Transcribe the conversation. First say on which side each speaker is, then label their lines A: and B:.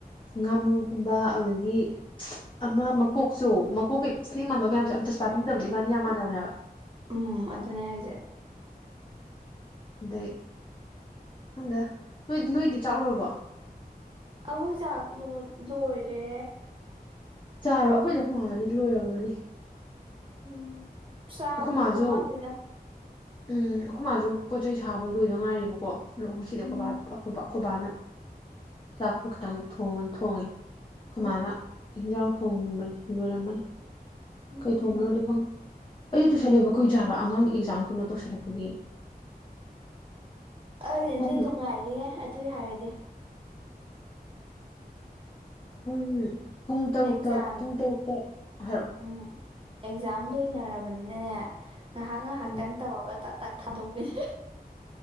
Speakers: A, on the left (about 30°); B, on the right (about 35°).
A: ꯉꯥꯃꯨꯒꯨꯝꯕ ꯑꯗꯨꯗꯒꯤ ꯑꯃ ꯃꯀꯣꯛꯁꯨ ꯃꯀꯣꯛꯀꯩ ꯏꯁꯅꯦꯛ ꯃꯥꯟꯕ ꯃꯌꯥꯝꯁꯦ ꯑꯟꯇꯔꯁꯇꯥꯅꯤꯡꯗꯕꯗꯤ ꯃꯥꯅꯤ ꯌꯥꯝ ꯃꯥꯟꯅꯕꯅꯦ ꯍꯥꯏꯕ
B: ꯎꯝ ꯑꯗꯨꯅꯦ ꯍꯥꯏꯁꯦ
A: ꯑꯗꯩ ꯈꯪꯗ ꯅꯣꯏꯗꯤ ꯅꯣꯏꯗꯤ ꯆꯥꯛꯂꯨꯔꯕꯣ
B: ꯑꯩꯈꯣꯏ ꯆꯥꯛ ꯂꯣꯏꯔꯦ
A: ꯆꯥꯔꯕ ꯑꯩꯈꯣꯏꯁꯨ ꯃꯥꯟꯂꯅꯤ ꯂꯣꯏꯔꯝꯒꯅꯤ
B: ꯎꯝ ꯆꯥꯕꯗꯤ
A: ꯃꯥꯁꯨ
B: ꯋꯥꯠ ꯂꯤꯗ
A: ꯎꯝ ꯑꯩꯈꯣꯏꯕꯥꯁꯨ ꯄꯣꯠꯆꯩ ꯁꯥꯕ ꯂꯣꯏꯗ ꯉꯥꯏꯦꯕꯀꯣ ꯉꯁꯤꯗꯤ
B: ꯎꯝ
A: ꯑꯩꯈꯣꯏꯕꯈꯣꯏ ꯑꯩꯈꯣꯏꯕꯥꯅ ꯆꯥꯛꯇꯣ ꯈꯤꯇꯪ ꯊꯣꯡꯉ ꯊꯣꯡꯉꯦ ꯈꯨꯃꯅ
B: ꯎꯝ
A: ꯏꯟꯖꯥꯡ ꯊꯣꯡꯕꯅꯤ ꯂꯣꯏꯔꯝꯃꯅꯤ
B: ꯎꯝ
A: ꯀꯩ ꯊꯣꯡꯕꯅꯣꯗꯤ ꯈꯪꯗꯦ ꯑꯌꯨꯛꯇꯨ ꯁ ꯂꯩꯕ ꯀꯨꯏꯗꯔꯦꯍꯥꯕꯥ ꯑꯉꯥꯡ ꯑꯦꯛꯖꯥꯝ ꯀꯩꯅꯣ ꯇꯧꯁꯜꯂꯛꯄꯒꯤ
B: ꯑꯗꯨꯗꯤ
A: ꯄꯨꯨꯡ
B: <unintelligible> ꯑꯗꯨꯏ ꯍꯥꯏꯔꯗꯤ
A: ꯄꯨꯨꯡ ꯄꯨꯡ ꯇꯔꯨꯛꯇ
B: ꯑꯦꯛꯖꯥꯝ
A: ꯄꯨꯡ ꯇꯔꯨꯛꯇ ꯍꯥꯏꯔꯛꯑꯣ
B: ꯎꯝ ꯑꯦꯛꯖꯥꯝ ꯂꯣꯏꯅꯔꯕꯅꯤꯅꯅꯦ ꯉꯥꯏꯍꯥꯛ ꯉꯥꯏꯍꯥꯛꯇꯪ
A: ꯎꯝ
B: ꯇꯧꯔꯒ ꯇꯥꯛ ꯇꯥꯛ ꯊꯥꯗꯣꯛꯄꯤꯅꯦ